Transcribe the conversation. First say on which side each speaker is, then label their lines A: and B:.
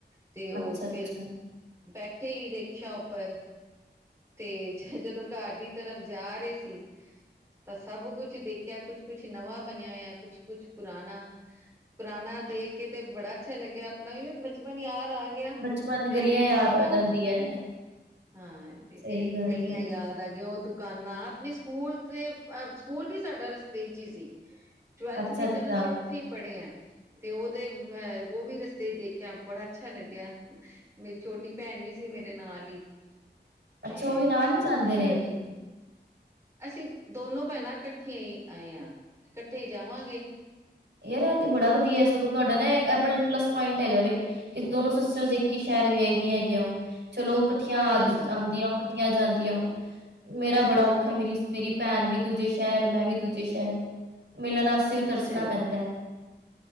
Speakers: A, on the right; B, on the right.
A: ਤੇ ਉਹ
B: ਅੱਛਾ-ਅੱਛਾ,
A: ਫਿਰ, ਬੈਠੇ ਹੀ ਰਿਕਸ਼ਾ ਉੱਪਰ। ਤੇ ਜਦੋਂ ਘਰ ਦੀ ਤਰਫ ਜਾ ਰਹੇ ਸੀ ਤਾਂ ਸਭ ਕੁਛ ਦੇਖਿਆ, ਕੁਛ-ਕੁਛ ਨਵਾਂ ਬਣਿਆ ਹੋਇਆ ਕੁਛ- ਕੁਛ ਪੁਰਾਣਾ। ਪੁਰਾਣਾ ਦੇਖ ਕੇ ਤੇ ਬੜਾ ਅੱਛਾ ਲੱਗਿਆ ਆਪਣਾ ਵੀ ਬਚਪਨ ਯਾਦ ਆ ਗਿਆ ਗਿਆ।
B: ਬਚਪਨ
A: ਤੇ
B: ਗਲੀਆਂ
A: ਨਵਾਂ
B: ਯਾਦ
A: ਬਣ
B: ਆ ਜਾਂਦੀ
A: ਬਣ
B: ਐ,
A: ਹਾਂ ਤੇ
B: ਸਹੀ ਗੱਲ
A: ਗਲੀਆਂ
B: ਐ,
A: ਯਾਦ ਆ ਗਿਆ ਉਹ ਦੁਕਾਨਾਂ ਆਪਣੇ ਸਕੂਲ ਤੇ ਅ ਸਕੂਲ ਵੀ ਸਾਡਾ ਰਸਤੇ ਚ ਹੀ ਸੀ ਟਵੈਲਥ
B: ਅੱਛਾ-ਅੱਛਾ,
A: ਤੀਕਨ ਅਸੀਂ
B: ਅੱਛਾ
A: ਉੱਥੇ ਹੀ ਪੜ੍ਹੇ ਹਾਂ। ਤੇ ਉਹਦੇ ਅਹ ਉਹ ਵੀ ਰਸਤੇ ਦੇਖਿਆ ਬੜਾ ਅੱਛਾ ਲੱਗਿਆ। ਮੇਰੀ ਛੋਟੀ ਭੈਣ ਵੀ ਸੀ ਮੇਰੇ ਨਾਲ ਹੀ ਤੇ
B: ਅੱਛਾ ਉਹ ਵੀ ਨਾਲ ਹੀ ਜਾਂਦੇ
A: ਖੁਸ਼ੀ
B: ਨੇ,
A: ਹੋਈ। ਅਸੀਂ ਦੋਨੋ ਭੈਣਾਂ ਇਕੱਠੀਆਂ ਹੀ ਆਏ ਹਾਂ, ਤੇ ਇਕੱਠੇ ਹੀ ਜਾਵਾਂਗੇ।
B: ਯਾਰ ਤੇ ਬੜਾ ਵਧੀਆ ਏ ਸਗੋਂ। ਤੁਹਾਡਾ ਨਾ ਅਪ ਪਲੱਸ ਪੁਆਇੰਟ ਹੈਗਾ ਵੇ, ਕਿ ਦੋਨੋ ਸਿਸਟਰਸ ਇੱਕ ਹੀ ਸ਼ਹਿਰ ਵੀ ਆਏ ਦੀਆਂ ਹੈ ਚਲੋ ਇਕੱਠੀਆਂ
A: ਹਾਂਜੀ
B: ਆਉਂਦੀਆਂ
A: ਹਾਂਜੀ
B: ਓ ਇਕੱਠੀਆਂ ਜਾਂਦੀਆਂ ਓ। ਮੇਰਾ ਬੜਾ ਔਖਾ ਏ ਮੇਰੀ ਮੇਰੀ ਭੈਣ ਵੀ ਦੂਜੇ ਸ਼ਹਿਰ, ਮੈਂ ਵੀ ਦੂਜੇ ਸ਼ਹਿਰ ਮਿਲਣ ਵਾਸਤੇ ਵੀ ਤਰਸਣਾ
A: ਚਲੋ
B: ਪੈਂਦਾ